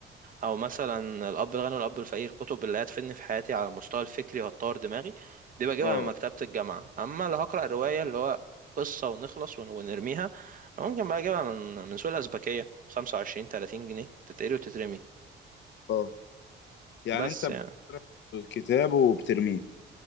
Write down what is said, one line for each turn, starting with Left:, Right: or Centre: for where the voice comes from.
Right: او مثلا الاب الغني والاب الفقير كتب اللي هتفيدني في حياتي على المستوى الفكري وهتطور دماغي دي بجيبها
Left: اه
Right: من مكتبه الجامعه اما لو هقرا روايه اللي هو قصه ونخلص ون- ونرميها ممكن بقى اجيبها من من سوق الازبكيه 25 30 جنيه تتقري وتترمي
Left: اه يعني
Right: بس
Left: انت بتقرا
Right: يعني
Left: الكتاب وبترميه